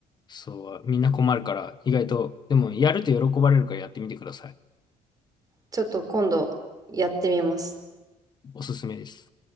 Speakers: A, on the left; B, on the right.
A: そう、みんな困るから、意外と、でも、やると喜ばれるからやってみてください。
B: ちょっと今度やってみます。
A: おすすめです。